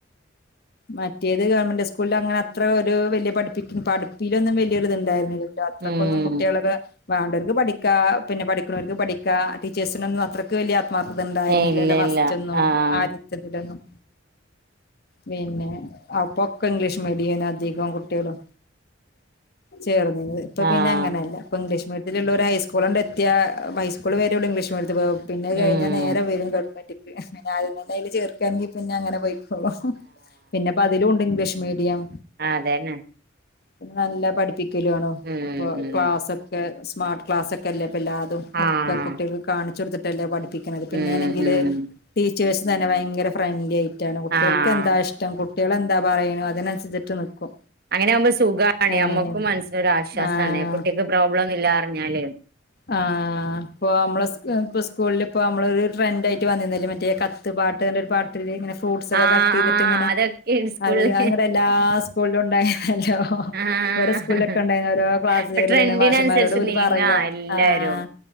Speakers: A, on the left; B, on the right.
A: മറ്റേത് ഗവൺമെന്റ് സ്കൂളിലങ്ങനെ അത്രഒരു വല്യ പഠിപ്പിക്ക പഠിപ്പിലൊന്നും വല്ല്യത്ണ്ടായ്നില്ലല്ലോ ല അത്രക്കൊന്നും
B: ഉം
A: കുട്ടിയാളൊര് വാണ്ടോർക്ക് പഠിക്കാ പിന്നെ പഠിക്ക്ണോൽക്ക് പഠിക്കാ ടീച്ചേഴ്സിനൊന്നും അത്ര ഇക്ക് വല്ല്യ ആത്മാർത്ഥത ണ്ടായിരുന്നില്ലല്ലൊ
B: ഇല്ല
A: ഫസ്റ്റൊന്നും
B: ഇല്ല ആഹ്
A: ആദ്യത്തതിലൊന്നും പിന്നെ അപ്പൊക്കെ ഇംഗ്ലീഷ് മീഡിയന് അധികം കുട്ടികളും ചേർന്നീനത് ഇപ്പ
B: ആഹ്
A: പിന്നെങ്ങനല്ല ഇപ്പൊ ഇംഗ്ലീഷ് മീഡിയത്തില്ള്ളോര് ഹൈസ്കൂളണ്ട് എത്തിയാ ഹൈസ്കൂള് വരെള്ളൂ ഇംഗ്ലീഷ്മീഡിയത്തി പോ പിന്നെ അത്
B: ഉം
A: ‌ കയ്ഞ്ഞാ നേരെ വരും ഗവൻമെന്റ്ക്ക് ഉം പിന്നെ ആദ്യം തന്നയ്ല് ചേർക്കാണെങ്കി പിന്നങ്ങനെ പൊയ്ക്കോളും പിന്നെപ്പതിലുവുണ്ട് ഇംഗ്ലീഷ് മീഡിയം
B: ആതന്നെ
A: പിന്നെ നല്ല പഠിപ്പിക്കലു ആണ്
B: ഉം
A: അപ്പൊ
B: ഉം
A: ക്ലാസൊക്കെ സ്മാർട്ട് ക്ലാസൊക് ക്കല്ലേ പില്ലാതും ഒക്കെ
B: ആഹ്
A: കുട്ടികൾക്ക് കാണിച്ചൊട്ത്തിട്ടല്ലേ പഠിപ്പിക്ക്ണത് പിന്നേണെങ്കില്-
B: ഉം ഉം
A: ടീച്ചേഴ്സ് തന്നെ ഭയങ്കര ഫ്രണ്ട്ലി ആയിട്ടാണ് കുട്ടികൾക്കെന്താ
B: ആഹ്
A: ഇഷ് ടി കുട്ടികളെന്താ പറയ്ണു അതിനനുസരിച്ചിട്ട് നിക്കും.
B: അങ്ങനെയാവുമ്പോ സുഖാണേ
A: അങ്ങനെയാണ്
B: നമ്മക്കും മനസിനൊരാശ്വാസാണെ
A: ആഹ്
B: കുട്ടിക്ക് പ്രോബ്ലൊന്നുല്ല അറിഞ്ഞാല്
A: ആഹ് പ്പൊ മ്മളെ സ് പ്പൊ സ്കൂളില് പ്പൊരു ട്രന്റായിട്ട് വന്നീന്ന്ലേ മറ്റേ കത് ത്ത് പാട്ട്ന്റൊരു പാട്ടില്ലെ ങ്ങനെ ഫ്രൂട്ട്സൊക്കെ
B: ആഹ്
A: കട്ടെയ്ത്ട്ട്ങ്ങനെ
B: ആഹ് അതൊക്കെ സ്കൂളിൽ
A: അത് അത്ങ്ങട്ട് എല്ലാ സ് കൂളിലുണ്ടായിരുന്നല്ലോ
B: ആഹ്
A: ഇവരെസ്കൂളിലൊക്കെണ്ടയ്നി ഓരോ ക്ലാസ്സ്ലീഡ്
B: ഇപ്പൊ ട്രെൻഡിനനുസരിച്ച്
A: പിന്നെ മാഷമാരോടോല്
B: നീങ്ങാ
A: പറയ
B: എല്ലാരും
A: ആഹ്